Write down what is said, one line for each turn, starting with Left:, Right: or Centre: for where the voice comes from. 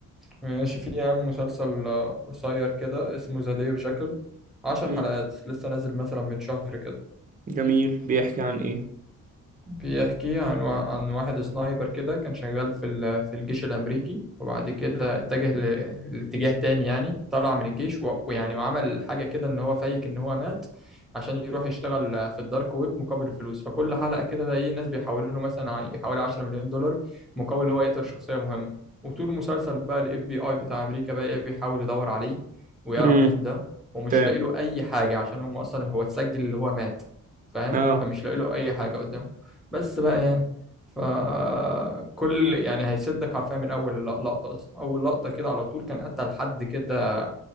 Centre: ماشي في يا عم مسلسل آه، قصير كده اسمه ذا ديف جاكل عشر
Right: مم.
Centre: حلقات لسه نازل مثلا من شهر كده
Right: جميل بيحكي عن ايه
Centre: بيحكي عن وا- عن واحد سنايبر كده كان شغال في ال- في الجيش الأمريكي وبعد كده اتجه ل- لاتجاه تاني يعني طلع من الجيش و- ويعني وعمل حاجة كده إن هو فايك إن هو مات عشان يروح يشتغل في الدارك ويب مقابل الفلوس فكل حلقة كده الاقي ناس بيحولوا له مثلا ع- يجي حوالي 10 مليون دولار مقابل إن هو يقتل شخصية مهمة وطول المسلسل بقى الاف بي اي بتاع أمريكا بقى ايه بيحاول يدور عليه ويعرف
Right: امم
Centre: مين ده ومش
Right: فاهم
Centre: لاقي له أي حاجة عشان هم أصلا هو اتسجل اللي هو مات فاهم
Right: اه
Centre: فمش لاقي له أي حاجة قدامه بس بقى يعني فكل يعني هيشدك حرفيا من اول لقطه اصلا اول لقطه كده على طول كان قتل حد كده